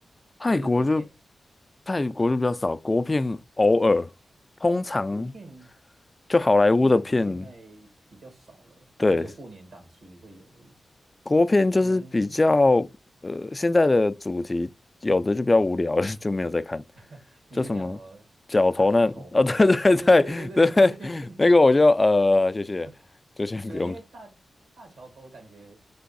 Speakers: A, on the left; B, on the right.
A: 泰国就
B: 或者是国片，
A: 泰国就比较少，国片偶尔，通常
B: 国片，
A: 就好莱坞的片，
B: 国片感觉现在比较少了，
A: 对，
B: 就只有过年档期会有而已。
A: 国片就是比较呃现在的主题，
B: 可能
A: 有的就比较无聊了 <laughs> 就没有在看，
B: <laughs> 你说像什么大桥头吗？
A: 叫什么角头那啊、<laughs> 对对
B: 对对对对对对对对，
A: 对对，那个我就呃谢谢，
B: <laughs>
A: 就先不用
B: 对啊，因为大大桥头感觉